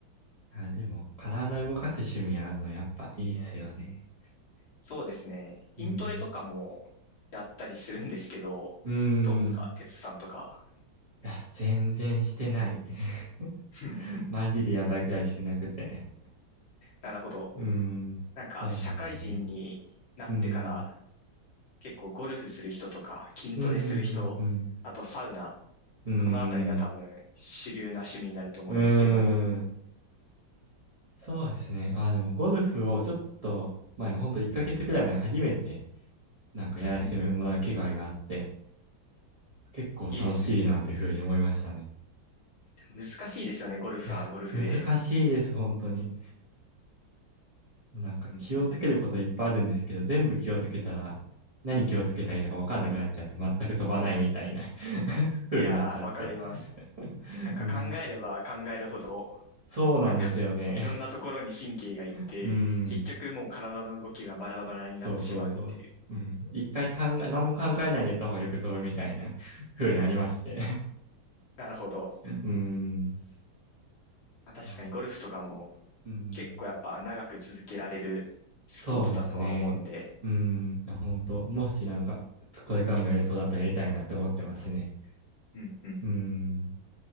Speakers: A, on the right (about 30°); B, on the left (about 70°).
A: あ、でも、体動かす趣味あるの、やっぱいいっすよね。
B: そうですね。
A: うん。
B: 筋トレとかもやったりするんですけど、
A: うん。
B: どうですか、哲さんとか。
A: いや、全然してない。<laughs>
B: うんうん
A: マジでやばいくらいしてなくて。
B: なるほど。
A: うん。
B: なんか社会人になってから
A: そうなんだよね。うん。
B: 結構ゴルフする人とか筋トレする人、
A: うん、うん、うん、
B: あとサウナ、
A: うん。
B: このあたりが多分主流な趣味になると思うんですけど、
A: うん。うん。そうですね。あ、でも、ゴルフをちょっと前、ほんと1ヶ月くらい前初めて、なんかやらせてもらう機会があって、
B: うん
A: 結構楽しいなというふうに思いましたね。
B: いいですね。でも難しいですよね、ゴルフはゴルフで。
A: いや、難しいです、本当に。もうなんか気をつけることいっぱいあるんですけど、
B: うんうんうん
A: 全部気をつけたら、何気をつけたらいいのか分かんなくなっちゃって、全く飛ばないみたいな <laughs> 風になっちゃって
B: いやー、わかります。
A: <laughs>
B: なんか考えれば考えるほど、
A: うん。そうなんですよね。
B: なんか <laughs> いろんなところに神経がいって、
A: <laughs> うん。
B: 結局もう体の動きがバラバラになってしまうっていう。
A: そうそうそう。うん。一回考え、何も考えないでやった方がよく飛ぶみたいな <laughs> 風になりまして
B: なるほど。
A: <laughs> うん。
B: まあ、確かにゴルフとかも
A: あうん。
B: 結構やっぱ長く続けられるスポーツだとは思うんで、
A: そうですね。うん。本当もしなんか、これからもやりそうだったらやりたいなって思ってますね。
B: うんうん。
A: うん。